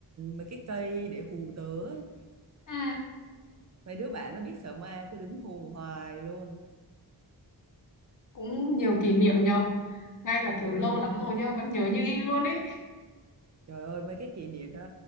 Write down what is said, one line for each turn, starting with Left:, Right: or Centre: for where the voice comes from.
Right: mấy cái cây để hù tớ ấy.
Left: Ừ.
Right: Mấy đứa bạn nó biết sợ ma cứ đứng hù hoài luôn.
Left: Cũng nhiều kỷ niệm nhờ. Ngay cả
Right: Đúng rồi,
Left: kiểu lâu lắm rồi nhá, vẫn nhớ như in luôn ấy.
Right: Trời ơi mấy cái kỷ niệm đó